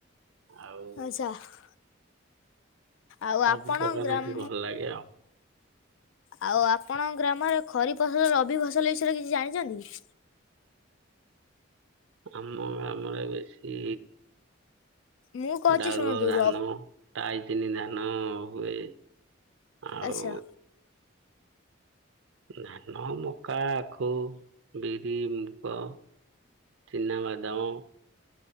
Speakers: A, on the right (about 70°); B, on the left (about 70°).
A: ଆଉ
B: <unintelligible> ଆଉ
A: <unintelligible>
B: ଆପଣ
A: ଭଲ
B: ଗ୍ରାମ
A: ଲାଗେ ଆଉ।
B: ଆଉ ଆପଣଙ୍କ ଗ୍ରାମରେ ଖରି ଫସଲ, ରବି ଫସଲ ବିଷୟରେ କିଛି ଜାଣିଛନ୍ତି?
A: ଆମ ଗ୍ରାମରେ ବେଶୀ
B: ମୁଁ କହୁଛି
A: ଡାଳୁଅ
B: ଶୁଣନ୍ତୁ
A: ଧାନ
B: ର
A: ଟାଇ ସିନି ଧାନ ହୁଏ। ଆଉ
B: ଆଚ୍ଛା।
A: ଧାନ, ମକା, ଆଖୁ, ବିରି, ମୁଗ ଚିନାବାଦମ